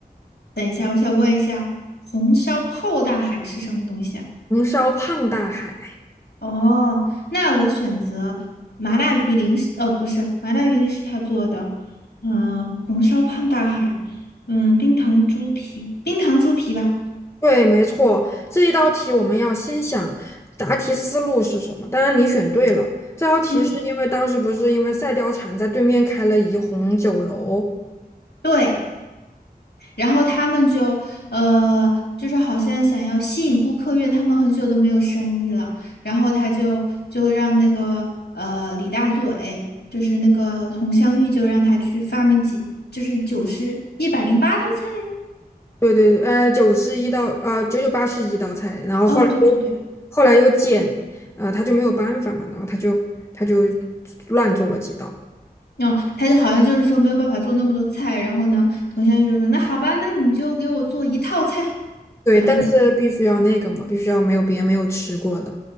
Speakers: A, on the left (about 80°); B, on the left (about 15°).
A: 等红烧泡大海是什么东西啊？
B: 红烧胖大海。
A: 哦，那我选择麻辣鱼鳞是呃，不是，麻辣鱼鳞是他做的，嗯、红烧胖大海，嗯，冰糖猪皮，冰糖猪皮吧，
B: 对，没错，这一道题我们要先想答题思路是什么。当然你选对了，这道题是因为当时不是因为赛貂蝉在对面开了怡红酒楼，
A: 嗯，对。然后他们就呃，就是好像想要吸引顾客，因为他们很久都没有生意了。然后他就就让那个呃李大嘴，就是那个佟湘玉，就让他去发明几，就是九十一百零八道菜。
B: 对对，呃，九十一道，呃，九九八十一道菜，然后后来又后来又减，
A: 哦，对对对，
B: 呃，他就没有办法嘛，然后他就他就乱做了几道，
A: 嗯，他就好像就是说没有办法做那么多菜。然后呢，佟湘玉就说：“那好吧，那你就给我做一套菜。”
B: 对，
A: 然后呢，
B: 但是必须要那个嘛，必须要没有别人没有吃过的。